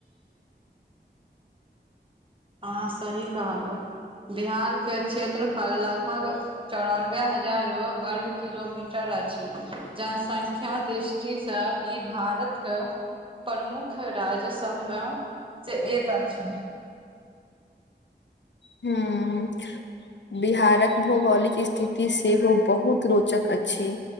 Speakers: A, on the right; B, on the left.
A: अह सही कहलहु बिहार के क्षेत्रफल लगभग चौरानबे हजार वर्ग किलोमीटर अछि जनसंख्या दिस जीसँ ई भारतके प्रमुख राज्य सबमे से एक अछि
B: हँ बिहारक भौगोलिक स्थिति सेहो बहुत रोचक अछि